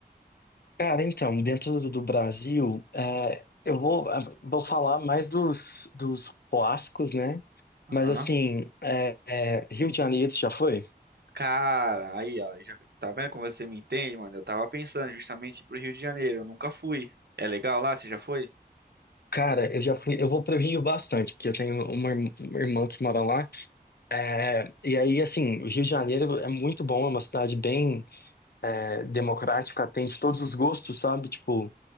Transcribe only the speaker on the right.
Aham.
Cara, aí, ó, já, tá vendo como você me entende, mano? Eu tava pensando justamente pro Rio de Janeiro, eu nunca fui. É legal lá? Você já foi?